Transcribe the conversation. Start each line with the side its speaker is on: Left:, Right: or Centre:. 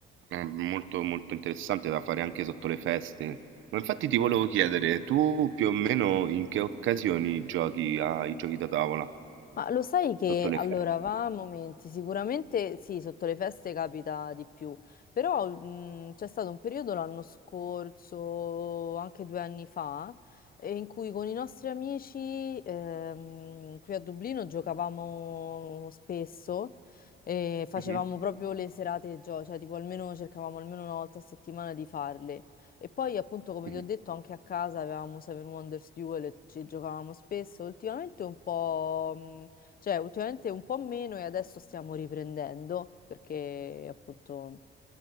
Right: è molto molto interessante da fare anche sotto le feste. Ma infatti ti volevo chiedere, tu più o meno in che occasioni giochi ai giochi da tavola?
Left: Ma lo sai che
Right: Sotto le
Left: allora
Right: feste?
Left: va a momenti, sicuramente sì, sotto le feste capita di più, però mh, c'è stato un periodo l'anno scorso, anche due anni fa, eh, in cui con i nostri amici ehm, qui a Dublino giocavamo spesso e facevamo
Right: Mhm,
Left: proprio le serate gioco, cioè tipo almeno cercavamo almeno una volta a settimana di farle. E poi appunto come
Right: mhm.
Left: ti ho detto anche a casa avevamo Seven Wonders Duel e ci giocavamo spesso, ultimamente un po'... mh, cioè, ultimamente un po' meno e adesso stiamo riprendendo perché appunto...